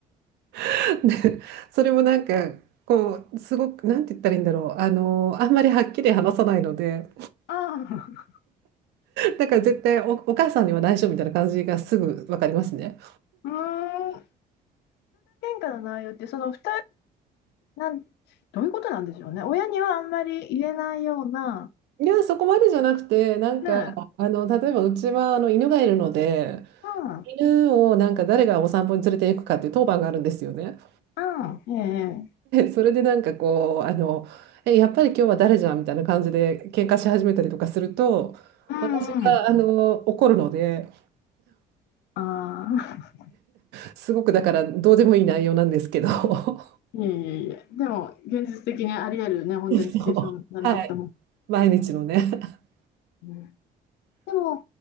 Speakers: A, on the right; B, on the left.
A: <laughs> でそれもなんかこうすごくなんて言ったらいいんだろう、あのあんまりはっきり話さないので
B: ああ、
A: だから絶対お、お母さんには内緒みたいな感じがすぐ分かりますね。
B: うーん、兄弟喧嘩の内容って、その二人、なん、どういうことなんでしょうね。親にはあんまり言えないような、
A: いやそこまでじゃなくてなんかあの例えばうちはあの犬がいるので
B: ねえ、うん、
A: 犬をなんか誰がお散歩に連れて行くかっていう当番があるんですよね。
B: うん、ええ、
A: それでなんかこう、あの、え、やっぱり今日は誰じゃんみたいな感じで喧嘩し始めたりとかすると、
B: ええうんうん、
A: 私があの怒るので
B: ああ、
A: すごくだからどうでもいい内容なんですけど、<laughs> そ
B: <laughs> いえいえいえ、でも、現実的にあり得るね、本当にシチュエーションだなって思う。
A: うはい、毎日のね。<laughs>
B: うんでも、